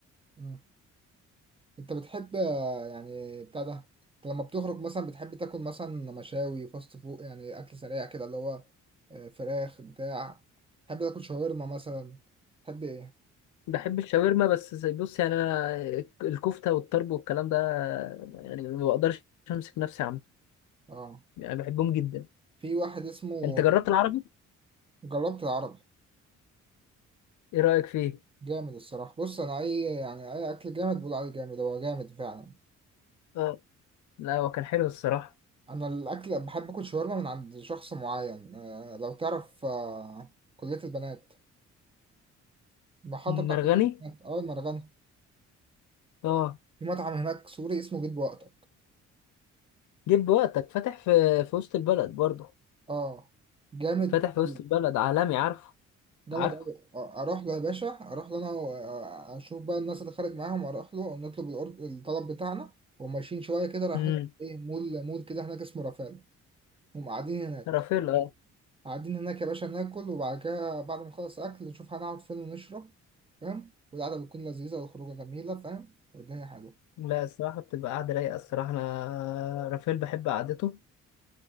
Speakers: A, on the right (about 20°); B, on the left (about 75°).
A: بجد انت بتحب آه، يعني بتاع ده انت لما بتخرج مثلا بتحب تاكل مثلا مشاوي فاست فود يعني اكل سريع كده اللي هو آه، فراخ بتاع تحب تاكل شاورما مثلا تحب ايه
B: بحب الشاورما بس زي- بص يعني انا الكفته والطرب والكلام ده يعني ما بقدرش امسك نفسي عنه
A: اه
B: يعني بحبهم جدا
A: في واحد اسمه
B: انت جربت العربي
A: جربت العربي
B: ايه رايك فيه
A: جامد الصراحه بص انا اي يعني اي اكل جامد بقول عليه جامد هو جامد فعلا
B: اه لا هو كان حلو الصراحه
A: انا الاكل بحب اكل شاورما من عند شخص معين آه، لو تعرف آه، كليه البنات المحطه بتاع
B: مرغني
A: كليه البنات اه المرغنه
B: اه
A: في مطعم هناك سوري اسمه بيت بوقت
B: جيب وقتك فاتح في في وسط البلد برضه
A: اه جامد
B: فاتح في
A: أوي،
B: وسط البلد عالمي عارفه
A: جامد
B: عارفه
A: أوي آه، اروح له يا باشا اروح له انا و- آه، اشوف بقى الناس اللي خارج معاهم اروح له نطلب الأورد- الطلب بتاعنا وماشيين شويه كده رايحين
B: امم
A: ايه مول مول كده هناك اسمه رافال هم قاعدين هناك
B: رافيل
A: قاعدين هناك يا باشا ناكل وبعد كده بعد ما نخلص اكل نشوف هنقعد فين ونشرب فاهم والقعده بتكون لذيذه والخروجه جميله فاهم والدنيا حلوه
B: لا الصراحة بتبقى قاعدة رايقة الصراحة أنا رافائيل بحب قعدته